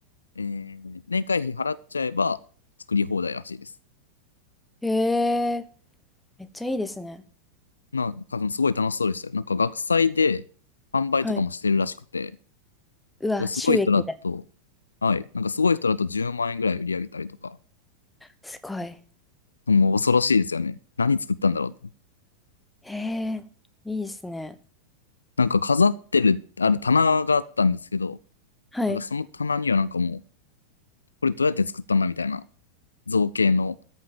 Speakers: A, on the left; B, in the centre.
A: えー年会費払っちゃえば作り放題らしいです。
B: えー、めっちゃいいですね。
A: なんか、すごい楽しそうでしたよ。なんか、学祭で販売とかもしてるらしくて、
B: はい。
A: だか
B: うわ、
A: らすごい人だと、
B: 収益だ。
A: はい、なんかすごい人だと10万円ぐらい売り上げたりとか、
B: すごい。
A: もう恐ろしいですよね。何作ったんだろうって。
B: えー、いいですね。
A: なんか飾ってる、ある棚があったんですけど、
B: はい。
A: なんかその棚にはなんかもう、これどうやって作ったんだみたいな造形の、